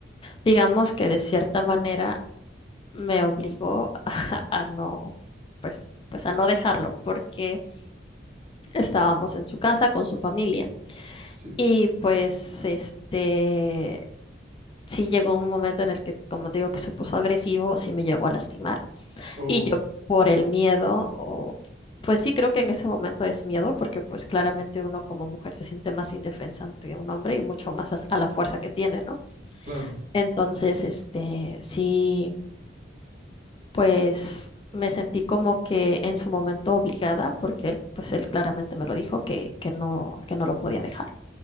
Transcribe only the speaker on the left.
digamos que de cierta manera me obligó <laughs> a, a no, pues, pues a no dejarlo, porque estábamos en su casa con su familia.
Y pues este, sí llegó un momento en el que, como te digo, que se puso agresivo, sí me llegó a lastimar.
Y yo por el miedo, o, pues sí creo que en ese momento es miedo, porque pues claramente uno como mujer se siente más indefensa ante un hombre y mucho más as- a, la fuerza que tiene, ¿no?
Entonces, este, sí, pues me sentí como que en su momento obligada, porque él, pues él claramente me lo dijo que, que no, que no lo podía dejar.